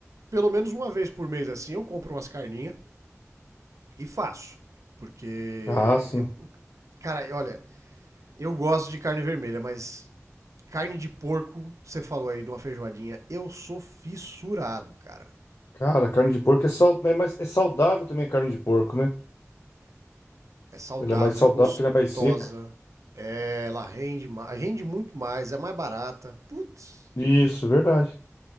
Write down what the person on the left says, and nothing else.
Ah, sim.
Cara, carne de porco é, sal, é, mais, é saudável também a carne de porco, né?
Ela é mais saudável
que ela é mais seca.
Isso, verdade.